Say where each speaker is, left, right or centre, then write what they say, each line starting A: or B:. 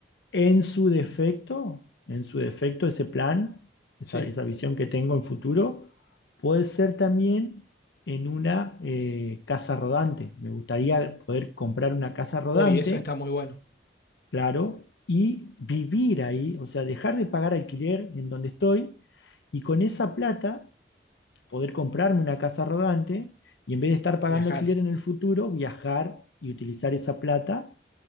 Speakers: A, on the left; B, on the left.
A: en su defecto, en su defecto, ese plan, esa,
B: sí.
A: esa visión que tengo en futuro, puede ser también en una eh, casa rodante. Me gustaría poder comprar una casa rodante
B: Uy, eso está muy bueno,
A: claro, y vivir ahí, o sea, dejar de pagar alquiler en donde estoy y con esa plata poder comprarme una casa rodante y en vez de estar pagando
B: viajar.
A: alquiler en el futuro, viajar y utilizar esa plata